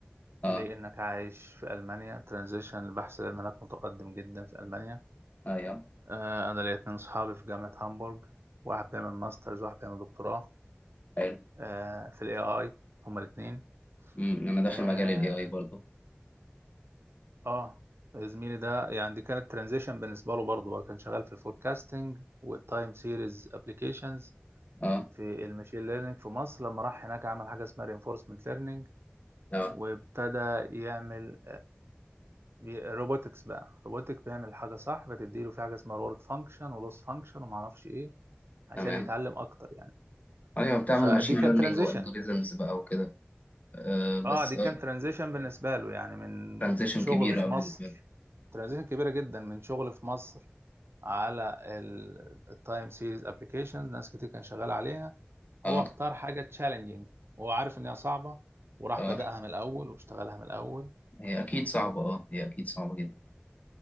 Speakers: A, on the right; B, on the left.
A: لأنك
B: اه
A: عايش في ألمانيا ترانزيشن البحث العلمي هناك متقدم جدا في ألمانيا
B: ايوه
A: آه، أنا ليا اتنين صحابي في جامعة هامبورج واحد بيعمل ماسترز واحد بيعمل دكتوراه
B: حلو
A: آه، في ال AI هما الاتنين
B: أمم، انا داخل
A: آه
B: مجال الاي اي برضه
A: آه، زميلي ده يعني دي كانت ترانزيشن بالنسبة له برضه هو كان شغال في الفوركاستنج والتايم سيريز ابلكيشنز
B: اه
A: في الماشين ليرنينج في مصر لما راح هناك عمل حاجة اسمها reinforcement learning
B: اه
A: وابتدى يعمل روبوتكس بقى روبوتك بيعمل حاجه صح بتديله في حاجه اسمها رورد فانكشن ولوس فانكشن وما اعرفش ايه عشان
B: تمام
A: يتعلم اكتر يعني
B: ايوه بتعمل
A: فدي
B: ماشين
A: كان
B: ليرنينج
A: ترانزيشن
B: والجوريزمز بقى وكده آه بس
A: اه دي
B: اه
A: كان ترانزيشن بالنسبه له يعني من
B: ترانزيشن
A: شغل
B: كبيره
A: في
B: بالنسبه
A: مصر
B: لي
A: ترانزيشن كبيره جدا من شغل في مصر على التايم سيريز ابلكيشنز ناس كتير كان شغال عليها
B: اه
A: هو اختار حاجه تشالنجينج وهو عارف ان هي صعبه وراح
B: اه
A: بدأها من الاول واشتغلها من الاول
B: هي أكيد صعبة أه هي أكيد صعبة جدا